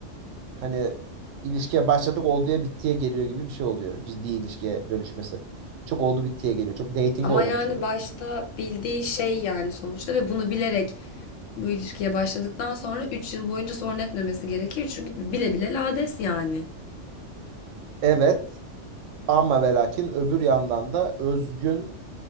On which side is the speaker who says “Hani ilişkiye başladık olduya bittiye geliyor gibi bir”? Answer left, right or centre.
Right